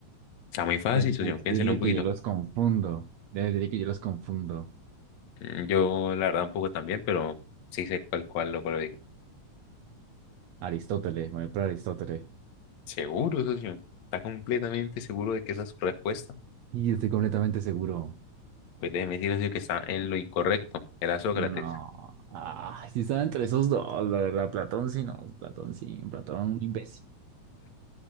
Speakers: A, on the left (about 65°); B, on the right (about 70°).
A: Está muy fácil,
B: Debe
A: socio,
B: decirle
A: piénselo un poquito.
B: que yo los confundo. Debe decirle que yo los confundo.
A: Mm, Yo, la verdad, un poco también, pero sí sé cuál, cuál, lo cual lo dije.
B: Aristóteles, me voy por Aristóteles.
A: Seguro, socio. Está completamente seguro de que esa es su respuesta.
B: Y estoy completamente seguro.
A: Pues déjeme decir, socio, que está en lo incorrecto. Era Sócrates.
B: No. Ah, sí estaba entre esos dos, la verdad. Platón sí, no. Platón sí. Platón un imbécil.